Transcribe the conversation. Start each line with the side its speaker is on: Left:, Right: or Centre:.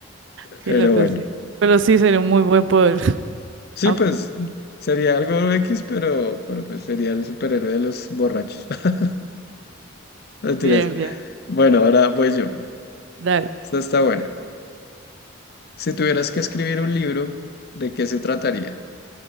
Right: Qué
Left: Pero
Right: loco,
Left: bueno.
Right: sí. Pero sí, sería un muy buen poder. <laughs>
Left: Sí,
Right: Ah,
Left: pues sería algo X, pero, pero pues sería el superhéroe de los borrachos. <laughs> Mentiras.
Right: Bien, bien.
Left: Bueno, ahora voy yo.
Right: Dale.
Left: Esta está buena. Si tuvieras que escribir un libro, ¿de qué se trataría?